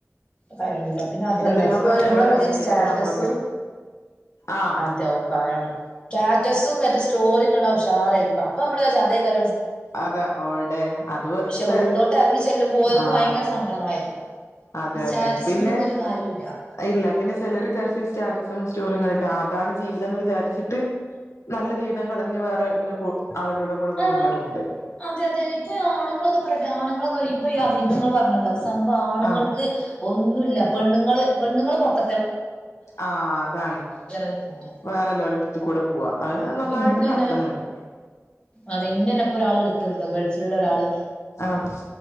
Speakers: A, on the left (about 20°); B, on the left (about 70°).
A: കഴിയൂല്ല പിന്നെ അതല്ല
B: എന്തെല്ലാം
A: ഇപ്പൊ
B: പ്രശ്നങ്ങൾ
A: മ്മളെ
B: തരണം
A: പുതിയ
B: ചെയ്തിട്ട്
A: സ്റ്റാറ്റസും
B: നമ്മളൊക്കെ ആഹ്
A: അതാഉ പറയാണ്ട്ന്നെ സവും മറ്റെ സ്റ്റോറി ടാൻടാനെഉഷാറായിനു അപ്പമ്മൾ വിജാച് അതെയ്ക്ക്
B: അതാ ഓൾടെ അത് വെറുതെ
A: പക്ഷെ ഉള്ളോട്ട് ഇറങ്ങി ചെല്ലുമ്പോ ഓൽക്ക്
B: ആ
A: ഭയങ്കര സങ്കടങ്ങളായിരിക്കും
B: അതെ
A: ഈ സ്റ്റാറ്റസ്മ്മലൊന്നും
B: അതെ പിന്നെ
A: ഒരു കാര്യൂല്ല
B: ഇല്ല പിന്നെ ചെലര് വിചാരിച്ചു സ്റ്റാറ്റസും സ്റ്റോറിയുംകണ്ടിട്ട് ആ അതാണ് ജീവിതംന്ന് വിചാരിച്ചിട്ട് നല്ല ജീവിതം കളഞ്ഞു റെല്ല ആളുകളുടെ കൂടെ പോകുന്നവരുംണ്ട്
A: ആഹ് അതെ അതെ ഇപ്പൊ ആണുങ്ങളൊക്കെ പറയട്ടെ ആണുങ്ങളൊന്നും ഇപ്പൊ ഈ അവിഹിതങ്ങൾ പറഞ്ഞല്ലോ സംഭവ ആണുങ്ങൾക്ക്
B: ആഹ്
A: ഒന്നുല്ല പെണ്ണുങ്ങൾ പെണ്ണുങ്ങൾ പൊട്ട
B: ആ അതാണ്
A: അവര് പോണെ
B: വേറെള്ളോരടുത്ത് കൂടെ പോവാ അത്
A: അപ്പൊ
B: നന്നായിട്ട്
A: ഇന്നന്നെ
B: നടക്ക്ന്നുണ്ട്
A: അതെ ഇന്നനെ ഇപ്പോ ഒരാൾ വിളത്തണ്ടോ ഗൾഫിലുള്ള ഒരാള്
B: ആഹ്